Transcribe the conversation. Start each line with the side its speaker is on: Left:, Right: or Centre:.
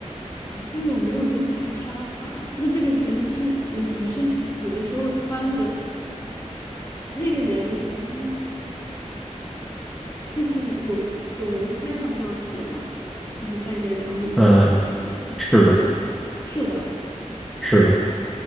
Left: 啊。但有没有用它杀它？那这个人是嗯呃女生死的时候穿的那个人嗯，呃就是有有人穿上这双鞋吗？就是在那个场景发生的情况下，
Centre: 呃，是的，
Left: 是的，
Centre: 是的，